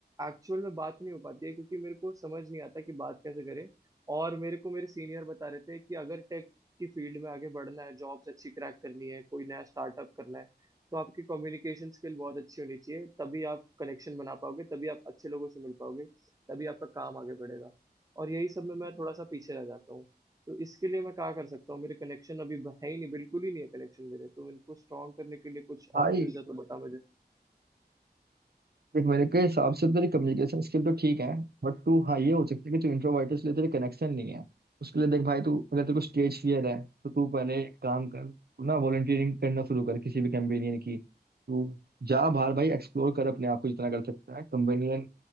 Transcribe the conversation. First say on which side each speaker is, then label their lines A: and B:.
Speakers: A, on the right; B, on the right.
A: एक्चुअल में बात नहीं हो पाती है क्योंकि मेरे को समझ नहीं आता कि बात कैसे करें और मेरे को मेरे सीनियर बता रहे थे कि अगर की फील्ड में आगे बढ़ना है जॉब्स अच्छी क्रैक करनी है कोई नया स्टार्टअप करना है तो आपकी कम्युनिकेशन स्किल बहुत अच्छी होनी चाहिए तभी आप कनेक्शन बना पाओगे तभी आप अच्छे लोगों से मिल पाओगे तभी आपका काम आगे बढ़ेगा और यही सब में मैं थोड़ा सा पीछे रह जाता हूँ तो इसके लिए मैं क्या कर सकता हूँ मेरे कनेक्शन अभी ब- है ही नहीं बिल्कुल ही नहीं है कनेक्शन मेरे तो इनको स्ट्रॉन्ग करने के लिए कुछ
B: भाई
A: ऑप्शन है तो बता मुझे
B: देख मेरे के हिसाब से तेरी कम्युनिकेशन स्किल तो ठीक है बट तू हाँ ये हो सकता है कि तू इंट्रोवर्ट है इसलिए तेरे कनेक्शन नहीं है उसके लिए देख भाई तू अगर तेरे को स्टेज फियर है तो तू पहले एक काम कर तू ना वॉलंटियरिंग करना शुरू कर किसी भी कंपेनियन की तू जा बाहर भाई एक्सप्लोर कर अपने आप को जितना कर सकता है कंपेनियन